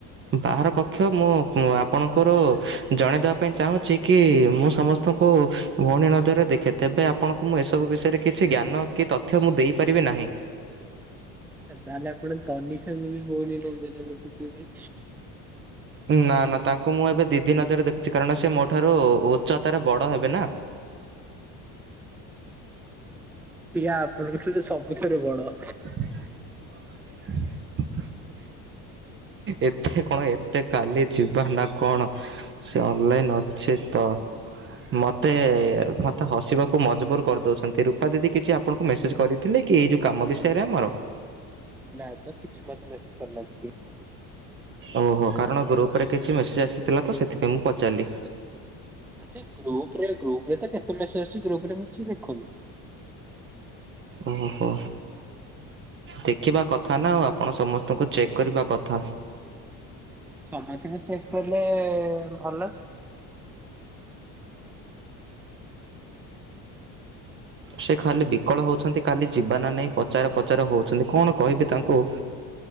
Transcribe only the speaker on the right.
ବାହାର କକ୍ଷ ମୁଁ ଙ୍କୁ ଆପଣଙ୍କର ଜଣେଇଦବା ପାଇଁ ଚାହୁଁଛି କି ମୁଁ ସମସ୍ତଙ୍କୁ ଭଉଣୀ ନଜରରେ ଦେଖେ ତେବେ ଆପଣଙ୍କୁ ମୁଁ ଏସବୁ ବିଷୟରେ କିଛି ଜ୍ଞାନ କି ତଥ୍ୟ ମୁଁ ଦେଇପାରିବି ନାହିଁ।
ନା ନା ତାଙ୍କୁ ମୁଁ ଏବେ ଦିଦି ନଜରରେ ଦେଖୁଚି କାରଣ ସେ ମୋ ଠାରୁ ଉଚ୍ଚତାରେ ବଡ ହେବେ ନା।
<inaudible> <inaudible> ଏତେ କଣ ଏତେ କାଲି ଯିବା ନା କଣ? ସେ ଅନନଲାଇନ ଅଛି ତ। ମୋତେ ମୋତେ ହସିବାକୁ ମଜବୁର କରିଦଉଛନ୍ତି ରୂପା ଦିଦି କିଛି ଆପଣଙ୍କୁ ମେସେଜ୍ କରି ଥିଲେ କି ଏଇ ଯୋଉ କାମ ବିଷୟରେ ଆମର?
ଓହୋ କାରଣ ଗ୍ରୁପରେ କିଛି ମେସେଜ୍ ଆସିଥିଲା ତ ସେଥିପାଇଁ ମୁଁ ପଚାରିଲି।
ଓହୋ। ଦେଖିବା କଥା ନା ଆଉ ଆପଣ ସମସ୍ତଙ୍କୁ ଚେକ୍ କରିବା କଥା।
ସେ ଖାଲି ବିକଳ ହଉଛନ୍ତି କାଲି ଯିବ ନା ନାହିଁ ପଚାର ପ୍ରଚାର ହଉଚନ୍ତି କଣ କହିବି ତାଙ୍କୁ।